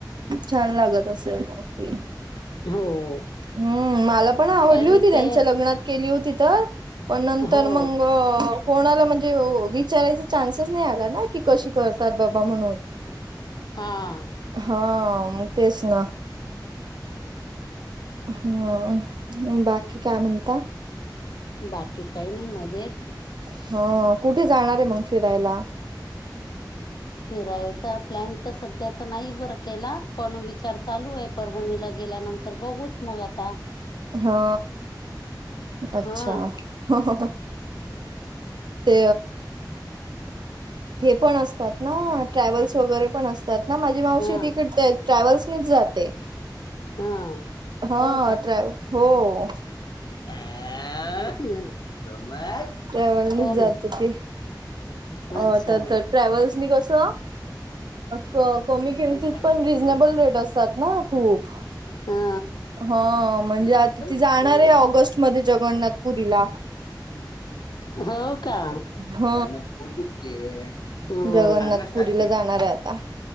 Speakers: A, on the right; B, on the left.
A: छान लागत असेल मग ती.
B: हो.
A: हम्म. मला पण आवडली
B: काही नाही
A: होती, त्यांच्या
B: ते
A: लग्नात केली होती तर. पण नंतर
B: हो.
A: मंग, कोणाला म्हणजे विचारायचा चान्सच नाही आला,, ना की कशी करतात बाबा म्हणून..
B: हा...
A: हा मग, तेच ना. हम्म. बाकी काय म्हणता.
B: बाकी काही नाही मजेत.
A: हः.. हो कुठे जाणार आहे. मंग फिरायला.
B: फिरायचा प्लॅन तर सध्या तर नाही बर केला. पण विचार चालू ये. परभणीला गेल्यानंतर बघुच मग आता.
A: हा...
B: हां.
A: अच्छा. हहहहहहह. ते हे पण असतात ना, ट्रॅवल्स वगैरे पण असतात. माझी मावशी
B: हां,
A: तिकडे ट्रॅव्हल्सनीच जाते.
B: हां.
A: हा..
B: हो का आ,
A: ट्रॅव्ह हो..
B: <unintelligible>
A: ट्रॅव्हलनीच
B: हो
A: जाते
B: ना
A: ती आता
B: अच्छा
A: तर. ट्रॅव्हल्सनी कस अ... क कमी
B: लेखन
A: किमतीत
B: खाते
A: पण
B: तू
A: रिजनेबल रेट असतात ना खूप.
B: हा.
A: हा म्हणजे
B: ते
A: आता
B: लेखन
A: ती जाणार
B: खाते
A: आहे ऑगस्ट. मध्ये जगन्नाथपुरीला.
B: हो का याने
A: ह
B: पोट दुखणे. हा
A: जगन्नाथपुरीला
B: <unintelligible>
A: जाणार आहे आता